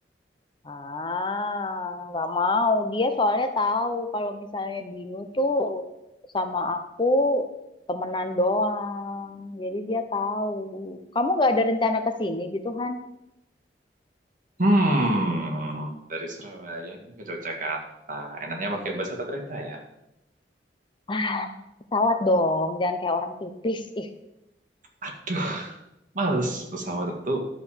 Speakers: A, on the left (about 30°); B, on the right (about 50°).
A: Ah, nggak mau. Dia soalnya tahu kalau misalnya Binu tuh sama aku temenan doang. Jadi dia tahu. Kamu nggak ada rencana ke sini gitu Han?
B: Hmm, dari Surabaya ke Yogyakarta. Enaknya pakai bus atau kereta ya?
A: Ah, pesawat dong. Jangan kayak orang tipis. Ih,
B: Aduh, males pesawat itu.